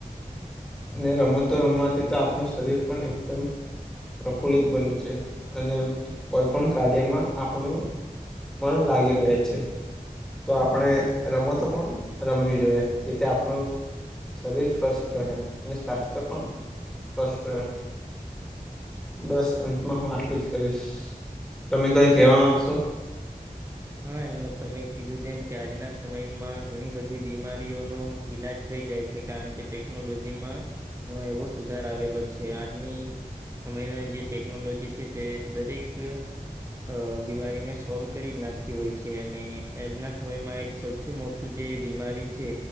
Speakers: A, in the centre; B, on the right.
A: અને રમ તો રમવાથી તો આપણું. શરીર પણ એકદમ. પ્રફુલ્લિત બન છે અને કોઈ પણ કાર્યમાં આપણું. પણ લાગી રહે છે. તો આપણે રમત પણ રમવી જોઈએ જે તે આપણું. શરીર સ્વસ્થ રહે અને સ્વાસ્થ્ય પણ. સ્વસ્થ. બસ અંતમાં હું આટલું જ કહીશ તમે કઈ કેવા માંગશો.
B: હા એમ તમે કીધું તેમમ કે આજના સમયમાં ઘણી બધી બીમારીઓનું. ઈલાજ થઈ જાય છે કારણ કે ટેકનોલોજીમાં. એવો સુધાર આવેલો છે આજની. સમયના જે ટેકનોલોજી છે તે દરેક. અ બીમારીને સોલ્વ કરી જ નાખ. હોય છે અને આજના સમયમાં એક સૌથી મોટું જે બીમારી છે.